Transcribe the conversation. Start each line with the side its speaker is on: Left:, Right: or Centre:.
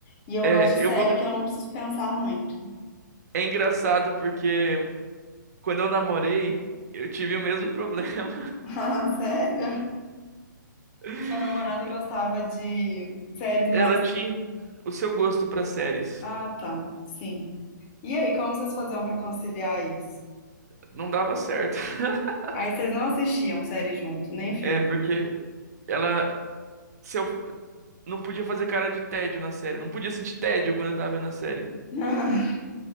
Left: E eu
Right: É,
Left: gosto de
Right: eu
Left: série
Right: vou.
Left: que eu não preciso pensar muito.
Right: É engraçado porque quando eu namorei, eu tive o mesmo problema.
Left: <laughs> Ah, Sério?
Right: <laughs>
Left: Sua namorada gostava de séries mais.
Right: Ela tinha o seu gosto pra séries.
Left: Ah, tá. Sim. E aí, como vocês faziam pra conciliar isso?
Right: Não dava certo. <laughs>
Left: Aí vocês não assistiam série junto, nem filme.
Right: É, porque ela se eu, não podia fazer cara de tédio na série. Não podia sentir tédio quando eu tava vendo a série.
Left: <laughs>